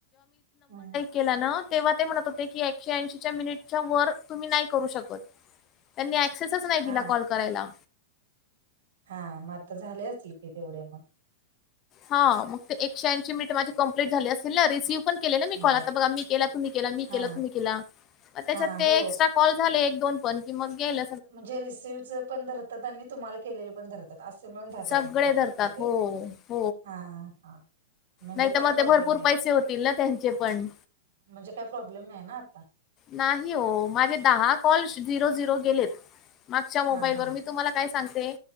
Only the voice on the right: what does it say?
हम्म.
हा
हा मग आता झाले असतील की तेवढे मग.
बर
हा
हा
हो
म्हणजे रिसीव्हच पण धरतात आणि तुम्हाला केलेले पण धरतात असे मिळून दहा, दहा
मिनिटं धरतात काय ते?
हा. हा. <inaudible> म्हणजे
काय
प्रॉब्लेम
नाही
तर
म्हणजे, काय प्रॉब्लेम नाही ना आता.
हा हा